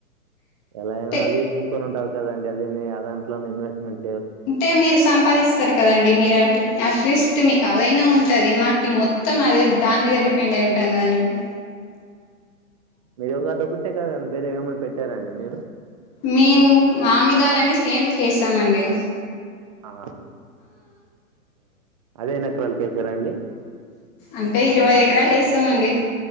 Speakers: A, on the right; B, on the left.
A: ఎలా
B: అంటే
A: అయినా అది నమ్ముకొనింటారు కదండి అదేని ఆ దాంట్లోనే ఇన్వెస్ట్మెంట్
B: టే మీరు సంపాదిస్తారు కదండి మీరు అట్లిస్ట్ మీకు అదైనా ఉంటది మాకి మొత్తం అదే దాని మీద డి పెండ్ అయి ఉంటాం కదండీ మేం
A: మీరుద ఒకటే కాదని వేరే ఏమన్న పెట్టారండి మీరు
B: మేము ఆమిదాలని సేండ్లకేసామండి
A: ఆ అదే నక్రల్కేశారండి
B: అంటే ఇరవై ఎకరాలు ఏసామండి